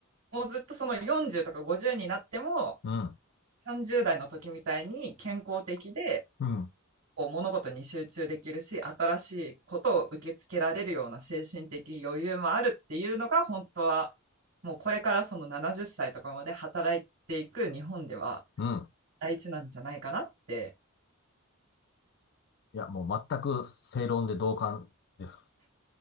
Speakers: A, on the right (about 65°); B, on the left (about 50°).
A: もうずっとその40とか50になっても、
B: うん、
A: 30代の時みたいに健康的で、
B: うん、
A: こう物事に集中できるし新しいことを受け付けられるような精神的余裕もあるっていうのが本当はもうこれからその70歳とかまで働いていく日本では
B: うん。
A: 大事なんじゃないかなって
B: いや、もう全く正論で同感です。